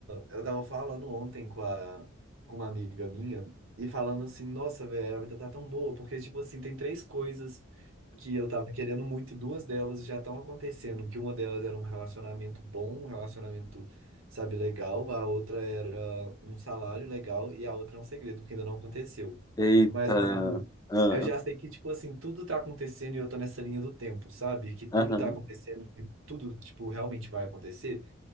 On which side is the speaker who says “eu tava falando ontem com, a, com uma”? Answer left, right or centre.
Right